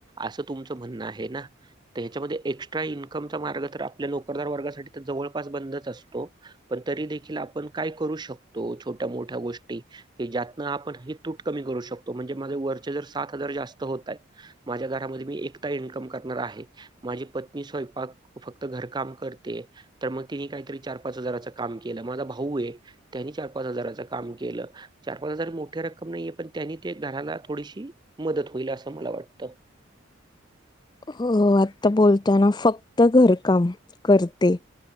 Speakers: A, on the right; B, on the left.
A: असं तुमचं म्हणणं आहे ना? तर ह्याच्यामध्ये एक् एक्स्ट्रा इन्कम चा मार्ग आपल्या नोकरदार वर्गा जवळपास बंदच असतो, पण तरी देखील आपण काय करु शकतो छोट्या मोठ्या गोष्टी ज्यातन आपण तूट क करू शकतो म्हणजे मा तुमचे जर सात हजार जास्त होत आहेत माझ्या घरामध्ये मी एकटा इन्कम करणार आहे माझी ती स्वयंपाक फक्त घर काम करते, तर मग तिने काहीत चार पाच हजार काम केला माझा भाऊ चार पाच हजारच काम केलं चार पाच हजारच मोठ्या रक्कम नाहीे पण त्यांनी ते घराला थोडीशी मदत होईल अस मला वाटत.
B: हो आता बोलताना फक्त घरकाम करते,